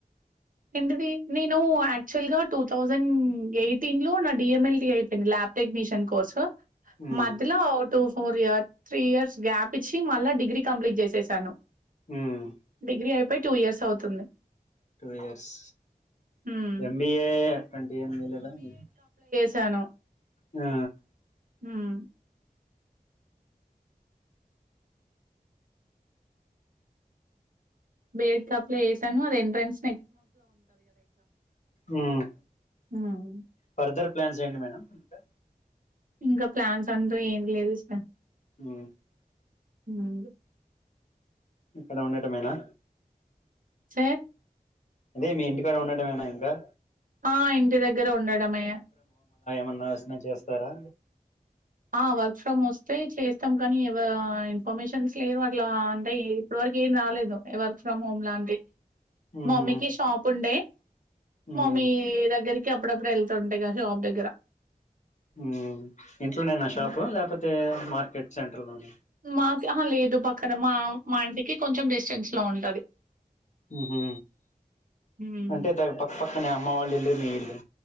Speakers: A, on the right; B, on the left.
A: ఎంతది నేను యాక్చువల్ గా టూ థౌజండ్ ఎయిటీన్ లో నా డిఎంఎల్టీ అయిపోయింది, ల్యాబ్ టెక్నీషియన్ కోర్సు.
B: ఉమ్
A: మధ్యలో two four year three years gap ఇచ్చి మళ్ళా డిగ్రీ కంప్లీట్ చేసేసాను
B: ఉమ్
A: డిగ్రీ అయిప్ పొయ్ టూ ఇయర్స్ అవుతుంది
B: టూ ఇయర్స్
A: హ్మ్
B: ఎంబిఏ అట్టాంటివేం జేలేదా మీర్
A: తను
B: ఆ
A: హ్మ్ బేడ్ ఆప్లే వేసాను అది ఎంట్రెన్స్
B: హ్మ్
A: హ్మ్
B: ఫర్దర్ ప్లాన్స్ ఏంటి మేడం ఇంకా.
A: ఇంకా ప్లాన్స్ అంటూ ఏం లేదు సార్
B: మ్ఆ
A: నందు
B: ఇక్కడ ఉండటమేనా
A: చార్
B: అదే మీ ఇంటి కాడ ఉండటమేనా ఇంకా
A: ఆ ఇంటి దగ్గర ఉండటమే ఇగ
B: మన్నా వచ్చిన చేస్తారా?
A: ఆ వర్క్ ఫ్రమ్ వస్తే చేస్తాం, కనీ ఎవ్ వరా ఇన్ఫర్మేషన్స్ లేరు అట్ ట్లా అంటే ఏం ఇప్పుడు వరకు ఏం రాలేదు, వర్క్ ఫ్రమ్ హోమ్ లాంటియి.
B: ఉమ్
A: మా మమ్మీకి షాప్ ఉండే,
B: ఉమ్
A: మమ్మీ దగ్గరికి కి అప్పుడప్పుడు ఎళ్తుంట ఇగ షాప్ దగ్గర.
B: ఉమ్, ఇంట్లోనేనా షాపు
A: హ్మ్.
B: లేకపోతే? మార్కెట్ సెంటర్ లోన?
A: మాకి అహ లేదు పక్కన, మా మా ఇంటికి కొంచెం డిస్టెన్స్ లో ఉంటది.
B: ఉమ్ హు,
A: హ్మ్.
B: అంటే ద పక్క పక్క కనే అమ్మ వాళ్ళ ఇల్లు, మీ ఇల్లు.